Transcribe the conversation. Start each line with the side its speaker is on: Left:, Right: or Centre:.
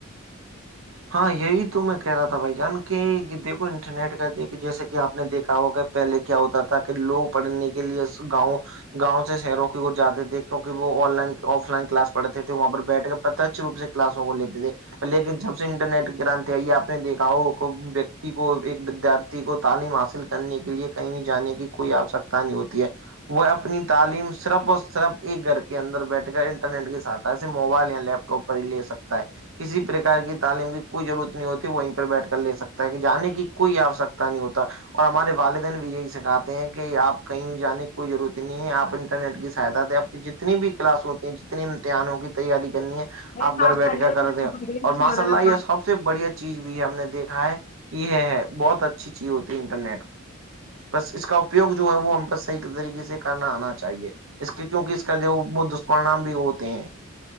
Right: ہاں یہی تو میں کہہ رہا تھا بھائی جان کے دیکھو انٹرنیٹ کہ د جیسے کہ آپ نے دیکھا ہوگا پہلے کیا ہوتا تھا کہ لوگ پڑھنے کے لیے گاؤں <unintelligible> گاؤں سے شہروں کی وہ جاتے تھے کیک وہ online offline class پڑھتے تھے وہاں پر بیٹھ کر پرترچھ روپ سے کلاسوں کو لیتے تھے لیکن جب انٹرنیٹ کے کرانتے آئیے آپ نے دیکھا ہو ویکتی کو ایک ودارتھی کو تعلیم حاصل کرنے کے لیے کہیں بھی جانے کی کوئی آوشکتا نہیں ہوتی ہے وہ اپنی تعلیم صرف اور صرف ایک گھر کے اندر بیٹھ کر ان نٹ کے ساتھ سے موبائل یا لیپٹاپ پر ہی لے سکتا ہے کسی پرکار کی تعلیم کی کوئی ضرورت نہیں ہوتی وہ وہیں پرہ بیٹھ کر لے سکتا ہے کہ جان کی کوئی آوشکتا نہیں ہوتا اور ہمارے والدین بھی یہی سکھاتے ہیں کہ آپ کہیں بھی جانے کی کوئی ضرورت نہیں ہے آپ انٹرنیٹ کی سہایتا دیں آ جتنی بھی کلاس ہوتی ہیں جتنی تان ہو کی تیاری کرنی ہے <unintelligible>
Left: یہ سات
Right: گھر بیٹھ
Left: چالی
Right: کر
Left: با
Right: کر
Left: <unintelligible>
Right: دیں اور ماشاء اللہ یہ سب سے بڑھیا چیز بھی ہے ہم نے دیکھا ہے کہ ہے ہے بہت اچھی چیز ہوتی ہے انٹرنیٹ <unintelligible> بس اس کا اپیوگ جو ہے وہ ہم پر صحی طریقے سے کرنا آنا چاہیے اس کے کیونکہ اس کا جو دشپرنام بھی ہوتے ہیں